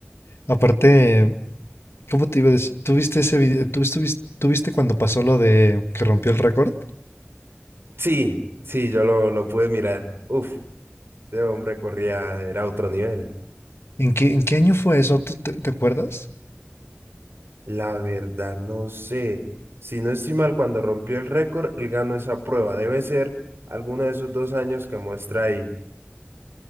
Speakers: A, on the left; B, on the right.
A: aparte, ¿cómo te iba a decir? tú viste ese video? ¿Tú estuviste- tú viste cuando pasó lo de que rompió el récord?
B: Sí, sí, yo lo, lo pude mirar. Uf, ese hombre corría, era otro nivel.
A: ¿En qué, en qué año fue eso? ¿Tú te, te acuerdas?
B: La verdad, no sé. Si no estoy mal, cuando rompió el récord, él ganó esa prueba. Debe ser alguno de esos dos años que muestra ahí.